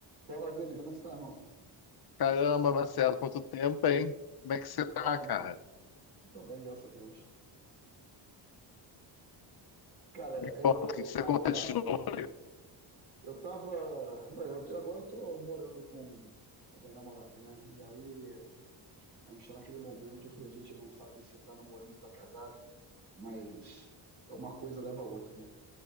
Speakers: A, on the right; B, on the left.
A: Fala, Vini, como é que está, irmão?
B: Caramba, Marcelo, quanto tempo, hein? Como é que você tá,
A: Ah,
B: cara?
A: tô bem, graças a Deus. Cara,
B: Me conta,
A: eu
B: o que você
A: tava,
B: conta de novo?
A: eu tava, bem, eu, agora eu tô morando com, com minha namorada, né? E aí a gente tá naquele momento que a gente não sabe se tá namorando, se tá casado, mas é uma coisa leva a outra, né?